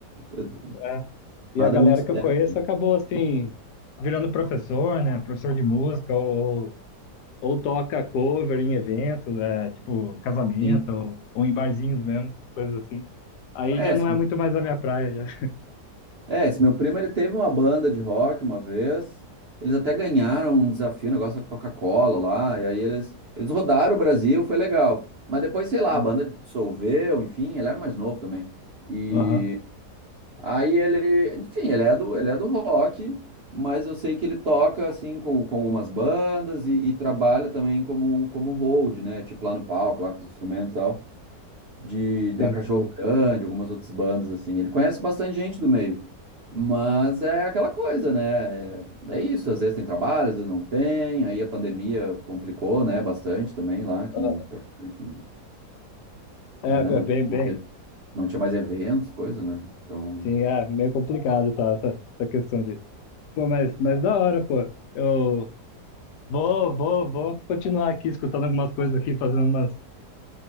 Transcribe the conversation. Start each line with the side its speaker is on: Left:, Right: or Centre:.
Right: eh,
Left: é.
Right: nada
Left: E a galera
Right: é muito
Left: que eu
Right: certo.
Left: conheço acabou, assim, virando professor, né? Professor de música, ou, ou toca cover em eventos, é, tipo, casamento,
Right: assim.
Left: ou, ou em barzinhos mesmo, coisas assim. Aí
Right: É,
Left: já
Right: esse
Left: não é
Right: meu,
Left: muito mais a minha praia, já. <laughs>
Right: é, esse meu primo, ele teve uma banda de rock uma vez, eles até ganharam um desafio, um negócio da Coca-Cola lá, e aí eles, eles rodaram o Brasil, foi legal. Mas depois, sei lá,
Left: Sim.
Right: a banda dissolveu, enfim, ele era mais novo também. E
Left: Aham,
Right: Aí ele, enfim, ele é do, ele é do rock, mas eu sei que ele toca assim com, com algumas bandas e, e trabalha também como como hold, né? Tipo lá no palco, lá com os instrumentos e tal, de da
Left: sim.
Right: Cachorro Grande, algumas outras bandas assim. Ele conhece bastante gente do meio, mas é aquela coisa, né? É, é isso, às vezes tem trabalho, às vezes não tem. Aí a pandemia complicou, né, bastante também lá, quem
Left: Aham.
Right: trabalha, com-
Left: É,
Right: né, não,
Left: é bem, bem.
Right: não teve- não tinha mais eventos, coisa, né? Então,
Left: Sim, é meio complicado, tá? Essa, essa questão de. Pô, mas, mas da hora, pô. Eu vou, vou, vou continuar aqui escutando algumas coisas aqui, fazendo umas,